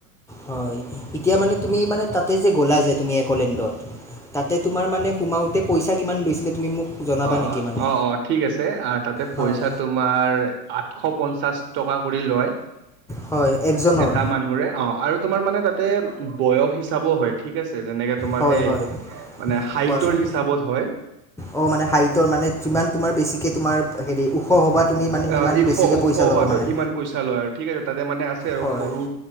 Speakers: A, in the centre; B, on the right.
A: হয় এতিয়া মানে তুমি মানে তাতে যে গ'লা যে তুমি একলেণ্ডত তাতে তোমাৰ মানে সোমাওতে পইচা কিমান গৈছিলে তুমি মোক জনাবা
B: অ
A: নেকি মানে
B: অ অ ঠিক আছে তাতে পইচা
A: হয়
B: তোমাৰ আঠশ পঞ্চাশ টকা কৰি লয়
A: হয় একজনৰ
B: এটা মানুহৰে অ আৰু তোমাৰ মানে তাতে বয়স হিচাপও হয় ঠিক আছে। যেনেকে তোমাৰ
A: হয়
B: সেই
A: হয়
B: হাইটৰ
A: কোৱাচোন
B: হিচাপত হয়।
A: অ মানে হাইটৰ মানে যিমান তোমাৰ বেছিকৈ তোমাৰ হেৰি ওখ হ'বা তুমি মানে সিমান
B: অ এশ
A: বেছিকে
B: ওখ
A: পইচা
B: হোৱাটো
A: ল'ব মানে
B: ইমান পইচা লয় আৰু ঠিক আছে তাতে মানে আছে আৰু
A: হয়
B: সৰু